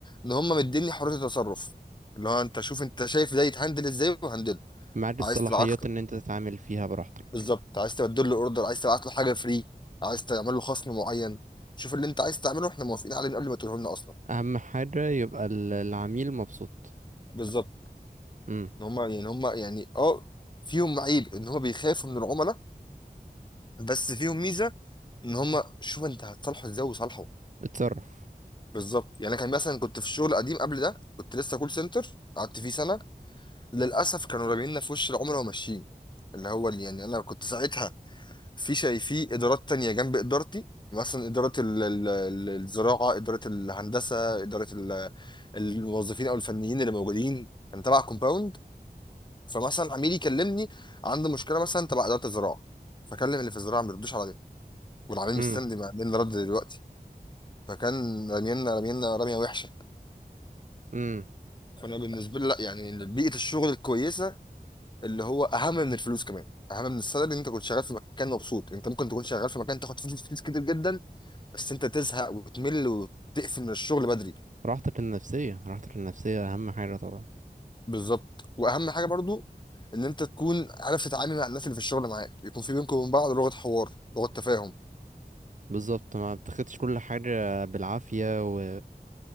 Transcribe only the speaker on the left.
ان هم مديني حريه التصرف اللي هو انت شوف انت شايف ده يتهندل ازاي وهندله
عايز تبعت
بالظبط عايز تبدل له اوردر عايز تبعت له حاجه فري عايز تعمل له خصم معين شوف اللي انت عايز تعمله احنا موافقين عليه من قبل ما تقوله لنا اصلا
بالظبط
ان هم يعني هم يعني اه فيهم عيب ان هم بيخافوا من العملاء بس فيهم ميزه ان هم شوف انت هتصالحه ازاي وصالحه
بالظبط يعني أنا كان مثلا كنت في الشغل القديم قبل ده كنت لسه كول سنتر قعدت فيه سنه للاسف كانوا راجعين لنا في وش العملاء وماشيين اللي هو اللي يعني انا كنت ساعتها في شيء في ادارات تانية جنب ادارتي مثلا اداره ال- ال- ال- الزراعه اداره الهندسه اداره ال- الموظفين او الفنيين اللي موجودين كان تبع كومباوند فمثلا عميل يكلمني عنده مشكله مثلا تبع اداره الزراعه فكلم اللي في الزراعه ما بيردوش عليا والعميل
مستني ما- مين اللي رد دلوقتي فكان رمينا رمينا رميه وحشه
فانا بالنسبه لي لا يعني بيئه الشغل الكويسه اللي هو اهم من الفلوس كمان اهم من السالري ان انت كنت شغال في مكان مبسوط انت ممكن تكون شغال في مكان تاخد فلوس فلوس كتير جدا بس انت تزهق وتمل وتقفل من الشغل بدري
بالظبط واهم حاجه برضو ان انت تكون عارف تتعامل مع الناس اللي في الشغل معاك يكون في بينكم وبين بعض لغه حوار لغه تفاهم